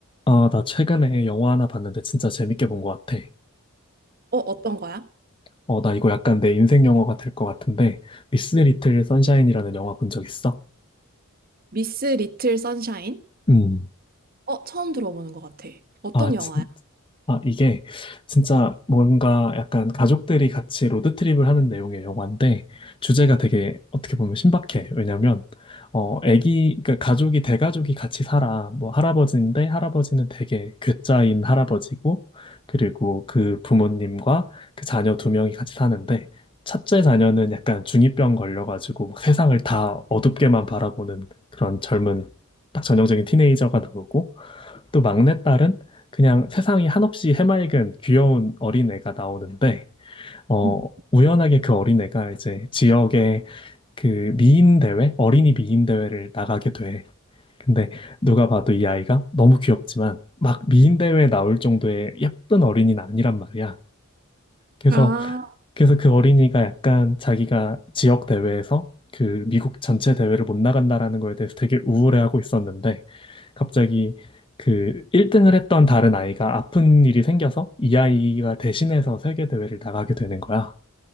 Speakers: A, on the left; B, on the right.
A: 아, 나 최근에 영화 하나 봤는데 진짜 재밌게 본 것 같아.
B: 어, 어떤 거야?
A: 어, 나 이거 약간 내 인생 영화가 될 것 같은데, 미스 리틀 선샤인이라는 영화 본 적 있어?
B: 미스 리틀 선샤인?
A: 음.
B: 어, 처음 들어보는 것 같아. 어떤
A: 아,
B: 영화야?
A: 진, 아, 이게 진짜 뭔가 약간 가족들이 같이 로드트립을 하는 내용의 영화인데 주제가 되게 어떻게 보면 신박해. 왜냐면 어, 애기 그러니까 가족이 대가족이 같이 살아. 뭐 할아버지인데 할아버지는 되게 괴짜인 할아버지고 그리고 그 부모님과 그 자녀 두 명이 같이 사는데 첫째 자녀는 약간 중이병 걸려가지고 막 세상을 다 어둡게만 바라보는 그런 젊은 딱 전형적인 티네이저가 나오고 또 막내딸은 그냥 세상이 한없이 해맑은 귀여운 어린애가 나오는데, 어,
B: 음.
A: 우연하게 그 어린애가 이제 지역의 그 미인 대회, 어린이 미인 대회를 나가게 돼. 근데 누가 봐도 이 아이가 너무 귀엽지만 막 미인 대회에 나올 정도의 예쁜 어린이는 아니란 말이야. 그래서
B: 아,
A: 그래서 그 어린이가 약간 자기가 지역 대회에서 그 미국 전체 대회를 못 나간다라는 거에 대해서 되게 우울해하고 있었는데 갑자기 그 1등을 했던 다른 아이가 아픈 일이 생겨서 이 아이가 대신해서 세계 대회를 나가게 되는 거야.